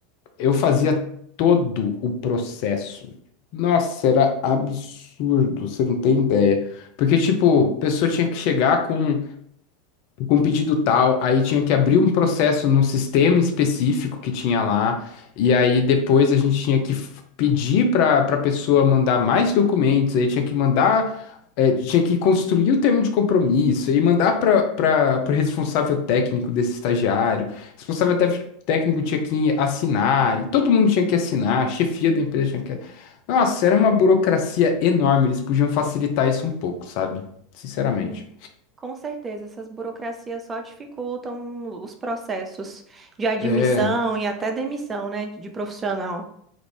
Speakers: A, on the left; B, on the right.
A: Eu fazia todo o processo. Nossa, era absurdo, você não tem ideia. Porque, tipo, a pessoa tinha que chegar com com um pedido tal, aí tinha que abrir um processo num sistema específico que tinha lá, e aí depois a gente tinha que f- pedir para para a pessoa mandar mais documentos, aí tinha que mandar, eh, tinha que construir o termo de compromisso, e mandar para para o responsável técnico desse estagiário, responsável tef- técnico tinha que assinar, e todo mundo tinha que assinar, a chefia da empresa tinha que... Nossa, era uma burocracia enorme, eles podiam facilitar isso um pouco, sabe? Sinceramente.
B: Sim. Com certeza, essas burocracias só dificultam os processos de admissão
A: É.
B: e até demissão, né, de profissional.